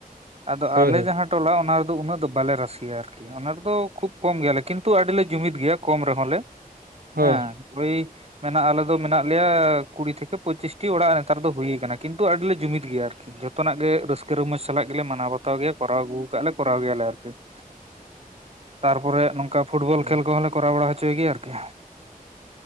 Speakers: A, on the right; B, on the right.
A: ᱟᱫᱚ ᱟᱞᱮ
B: ᱦᱳᱭ
A: ᱡᱟᱦᱟᱸ ᱴᱚᱞᱟ ᱚᱱᱟ ᱨᱮᱫᱚ ᱩᱱᱟᱹᱜ ᱫᱚ ᱵᱟᱞᱮ ᱨᱟᱥᱤᱭᱟ ᱟᱨᱠᱤ, ᱚᱱᱟ ᱨᱮᱫᱚ ᱠᱷᱩᱵ ᱠᱚᱢ ᱜᱮᱭᱟᱞᱮ ᱠᱤᱱᱛᱩ ᱟᱹᱰᱤᱞᱮ ᱡᱩᱢᱤᱫ ᱜᱮᱭᱟ ᱾ ᱠᱚᱢ ᱨᱮᱦ ᱞᱮ,
B: ᱦᱳᱭ
A: ᱦᱮᱸ ᱳᱭ ᱢᱮᱱᱟᱜ ᱟᱞᱮ ᱫᱚ ᱢᱮᱱᱟᱜ ᱞᱮᱭᱟ ᱠᱩᱲᱤ ᱛᱷᱮᱠᱮ ᱯᱚᱸᱪᱤᱥᱴᱤ ᱚᱲᱟᱜ ᱱᱮᱛᱟᱨ ᱫᱚ ᱦᱩᱭ ᱠᱟᱱᱟ, ᱠᱤᱱᱛᱩ ᱟᱹᱰᱤᱞᱮ ᱡᱩᱢᱤᱫ ᱜᱮᱭᱟ ᱟᱨᱠᱤ᱾ ᱡᱚᱛᱚᱱᱟᱜ ᱜᱮ ᱨᱟᱹᱥᱠᱟᱹ ᱨᱚᱢᱚᱡᱽ ᱥᱟᱞᱟᱜ ᱜᱮᱞᱮ ᱢᱟᱱᱟᱣ ᱵᱟᱛᱟᱣ ᱜᱮᱭᱟ ᱠᱚᱨᱟᱣ ᱟᱹᱜᱩ ᱠᱟᱜ ᱟᱞᱮ ᱠᱚᱨᱟᱣ ᱜᱮᱭᱟᱞᱮ ᱟᱨᱠᱤ ᱾ ᱛᱟᱨᱯᱚᱨᱮ ᱱᱚᱝᱠᱟ ᱯᱷᱩᱴᱵᱚᱞ
B: ᱚ
A: ᱠᱷᱮᱞ ᱠᱚᱦᱚᱸᱞᱮ ᱠᱚᱨᱟᱣ ᱵᱟᱲᱟ ᱦᱚᱪᱚᱭ ᱜᱮᱭᱟ ᱟᱨᱠᱤ᱾